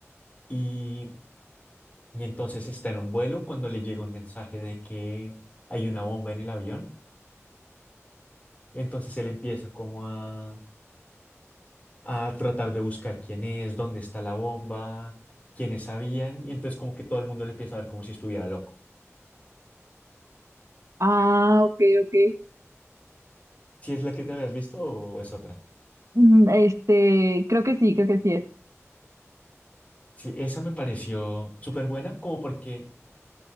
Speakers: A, on the left; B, on the right.
A: y, y entonces está en un vuelo cuando le llega un mensaje de que hay una bomba en el avión, entonces él empieza como a a tratar de buscar quién es, dónde está la bomba, quiénes sabían, y entonces como que todo el mundo le empieza a ver como si estuviera loco.
B: Ah, ok, ok.
A: Si es la que te habías visto o es otra?
B: Mm, Este, creo que sí, creo que sí es.
A: Sí, esa me pareció súper buena, como porque